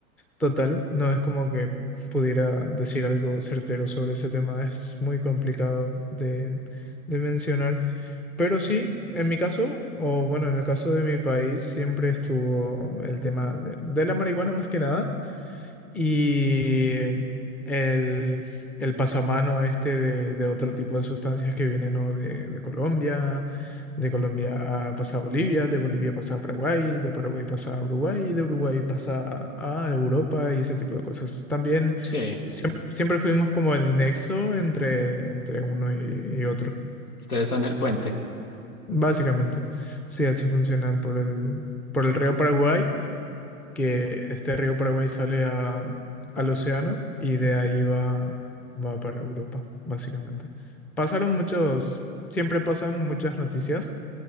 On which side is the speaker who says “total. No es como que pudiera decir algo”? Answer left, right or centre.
Centre